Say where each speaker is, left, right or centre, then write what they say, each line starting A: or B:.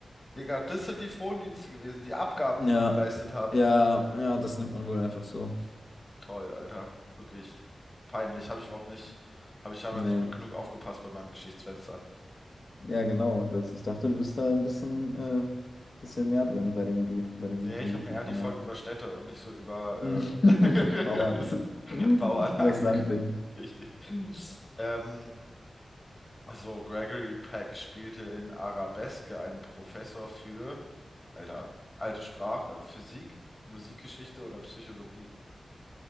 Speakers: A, on the left; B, on the left.
A: Digga, das sind die Frondienste gewesen, die Abgaben,
B: Ja,
A: die die geleistet haben.
B: ja, ja, das nimmt man wohl einfach so.
A: Toll, Alter. Wirklich peinlich. Habe ich überhaupt nicht, habe ich scheinbar
B: Nee.
A: nicht gut genug aufgepasst bei meinem Geschichtsfenster.
B: Ja, genau. Das, ich dachte, du bist da ein bisschen, äh, bisschen mehr drin bei dem Dude, bei dem
A: Nee,
B: mit
A: ich
B: dem YouTube-Kanal.
A: habe mir eher die Folgen über Städte und nicht so über
B: <laughs>
A: äh,
B: Bauern.
A: <laughs> das
B: <laughs>
A: Bauern angeguckt.
B: Übers Landleben.
A: Richtig. Ähm, so, Gregory Peck spielte in Arabeske einen Professor für, Alter, alte Sprache, Physik, Musikgeschichte oder Psychologie.